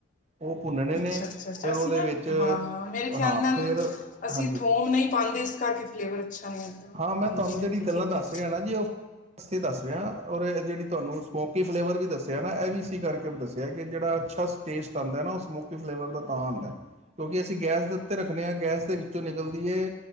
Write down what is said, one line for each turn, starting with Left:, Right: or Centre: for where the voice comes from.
Right: ਉਹ ਭੁੰਨਣੇ ਨੇ
Left: ਅੱਛਾ ਅੱਛਾ ਅੱਛਾ
Right: ਫਿਰ
Left: ਅਸੀਂ
Right: ਉਹਦੇ
Left: ਨਾ
Right: ਵਿੱਚ
Left: ਹਾਂ ਮੇਰੇ ਖਿਆਲ
Right: ਹਾਂ
Left: ਨਾਲ
Right: ਫਿਰ
Left: ਅਸੀਂ
Right: ਹਾਂਜੀ
Left: ਥੋਮ ਨਹੀਂ ਪਾਉਂਦੇ ਇਸ ਕਰਕੇ ਫਲੇਵਰ ਨਹੀਂ ਆਉਂਦਾ
Right: ਹਾਂ ਮੈਂ
Left: ਹਾਂਜੀ
Right: ਤੁਹਾਨੂੰ
Left: ਹਾਂਜੀ
Right: ਜਿਹੜੀ ਗੱਲਾਂ
Left: ਠੀਕ
Right: ਦੱਸ
Left: ਹੈ
Right: ਰਿਹਾ ਨਾ ਜੀ ਉਹ ਵਾਸਤੇ ਦੱਸ ਰਿਹਾ ਔਰ ਜਿਹੜੀ ਤੁਹਾਨੂੰ ਸਮੋਕ ਸਮੋਕੀ ਫਲੇਵਰ ਵੀ ਦੱਸਿਆ ਨਾ ਇਹ ਵੀ ਸੀ ਕਰਕੇ ਦੱਸਿਆ ਕਿ ਜਿਹੜਾ ਅੱਛਾ ਟੇਸਟ ਆਉਂਦਾ ਨਾ ਉਹ ਸਮੋਕੀ ਫਲੇਵਰ ਦਾ ਤਾਂ ਆਉਂਦਾ ਕਿਉਂਕਿ ਅਸੀਂ ਗੈਸ ਦੇ ਉੱਤੇ
Left: ਹਮ
Right: ਰੱਖਣੇ ਹਾਂ ਗੈਸ ਦੇ ਵਿੱਚੋਂ ਨਿਕਲਦੀ ਹੈ